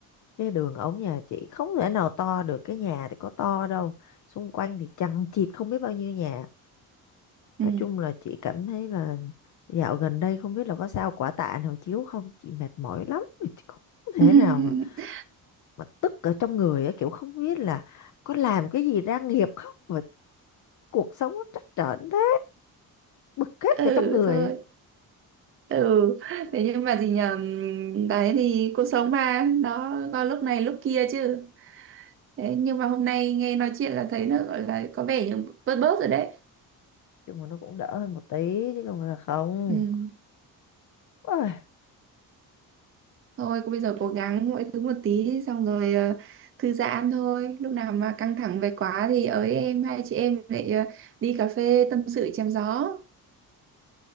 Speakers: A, on the left; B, on the right.
A: cái đường ống nhà chị không thể nào to được cái nhà thì có to đâu xung quanh thì chằng chịt không biết bao nhiêu nhà
B: ừ.
A: Nói chung là chị cảm thấy là dạo gần đây không biết là có sao quả tạ nào chiếu không, chị mệt mỏi lắm, chị không thể
B: <laughs>
A: nào mà mà tức ở trong người á, kiểu không biết là có làm cái gì ra nghiệp không mà cuộc sống nó trắc trở thế, bực hết
B: ừ
A: cả trong người.
B: thôi
A: á.
B: ừ thế nhưng mà gì nhờ ừm, đấy thì cuộc sống mà nó có lúc này lúc kia chứ đấy nhưng mà hôm nay nghe nói chuyện là thấy nó gọi là có vẻ như bớt bớt rồi đấy
A: Nhưng mà nó cũng đỡ hơn một tí chứ không phải là không.
B: ừ.
A: Ôi,
B: Thôi cô bây giờ cố gắng mỗi thứ một tí xong rồi ờ, thư giãn thôi. Lúc nào mà căng thẳng về quá thì ới em hai chị em lại ờ, đi cà phê tâm sự chém gió.